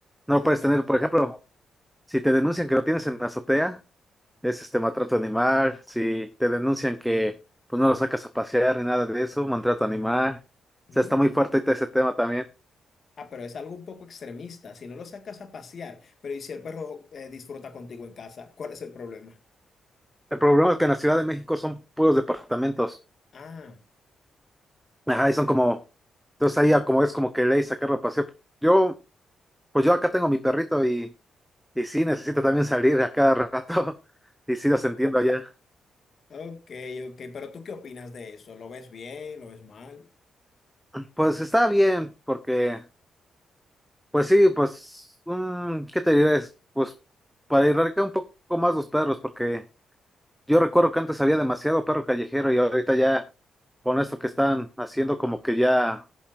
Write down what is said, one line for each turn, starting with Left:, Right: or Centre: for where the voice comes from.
Centre: lo
Left: de las
Centre: puedes
Left: más...
Centre: tener, por ejemplo, si te denuncian que lo tienes en la azotea. Es este maltrato animal, si te denuncian que pues no lo sacas a pasear ni nada de eso, maltrato animal.
Left: grandes.
Centre: O sea, está muy fuerte ahorita ese tema también.
Left: Ah, pero es algo un poco extremista. Si no lo sacas a pasear, pero ¿y si el perro eh, disfruta contigo en casa? ¿Cuál es el problema?
Centre: El problema es que en la Ciudad de México son puros departamentos.
Left: Ah,
Centre: Ajá,
Left: ok.
Centre: y son como, entonces ahí ya como es como que ley sacarlo a pasear. Yo, pues yo acá tengo mi perrito y, y sí, necesito también salir a cada rato <laughs> y sí los entiendo allá.
Left: Ok, ok. Pero ¿tú qué opinas de eso? ¿Lo ves bien? ¿Lo ves mal?
Centre: Pues está bien, porque, pues sí, pues, mm, ¿qué te diré? Es, Pues para erradicar un poco más los perros, porque Yo recuerdo que antes había demasiado perro callejero y ahorita ya, con esto que están haciendo, como que ya